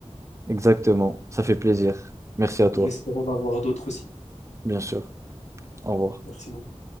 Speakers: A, on the right; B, on the left.
A: Exactement, ça fait plaisir. Merci à toi,
B: en espérant en avoir d'autres aussi.
A: bien sûr. Au revoir.
B: Merci beaucoup.